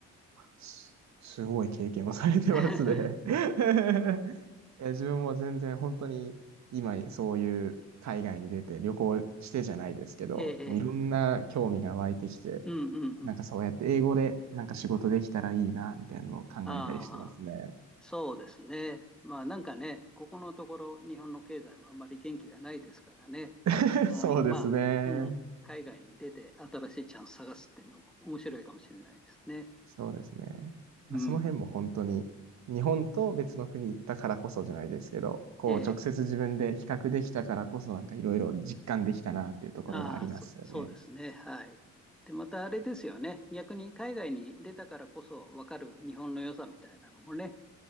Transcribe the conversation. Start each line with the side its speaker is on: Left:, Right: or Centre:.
Right: す、すごい経験をされてますね。
Centre: <laughs>
Right: <laughs> いや、自分も全然本当に今そういう海外に出て旅行してじゃないですけど、
Centre: ええ、
Right: もういろんな興味が湧いてきて、
Centre: ええうんうんうん。
Right: なんかそうやって英語でなんか仕事できたらいいな、みたいなのを考えたりしてますね。
Centre: ああ、そうですね。まあなんかね、ここのところ日本の経済もあんまり元気がないですからね。
Right: <laughs>
Centre: あの、
Right: そうですね。
Centre: まあ、うん、海外に出て新しいチャンス探すっていうのも面白いかもしれないですね。
Right: そうですね。まあ、
Centre: うん。
Right: その辺も本当に日本と別の国行ったからこそじゃないですけど、こう直接自分で比較できたからこそなんかいろいろ実感できたなっていうところはありますよね。
Centre: ええああ、そ、そうですね。はい。で、またあれですよね。逆に海外に出たからこそ分かる日本の良さみたいなのもね、